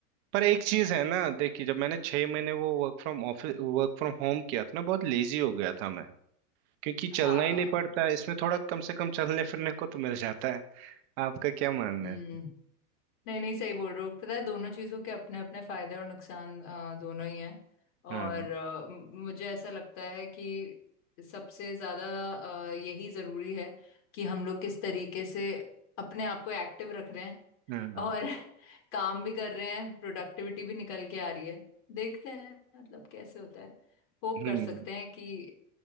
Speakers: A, on the right (about 45°); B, on the left (about 50°).
A: पर एक चीज है ना देखिए जब मैंने छह महीने वो work from office work from home किया था ना बहुत लेजी हो गया था मैं क्योंकि चलना
B: हाँ
A: ही नहीं पड़ता है इसमें थोड़ा कम से कम चलने फिरने को तो मिल जाता है आपका क्या मानना
B: हम्म
A: है
B: नहीं नहीं सही बोल रहे हो पता है दोनों चीजों के अपने अपने फायदे और नुकसान अ, दोनों ही हैं
A: हाँ
B: और अ, म- मुझे ऐसा लगता है कि सबसे ज्यादा अ, यही जरूरी है कि हम लोग किस तरीके से अपने आप को एक्टिव रख रहे हैं
A: हाँ हाँ,
B: और <laughs> काम भी कर रहे हैं प्रोडक्टिविटी भी निकल के आ रही है देखते हैं मतलब कैसे होता है होप
A: हम्म
B: कर सकते हैं कि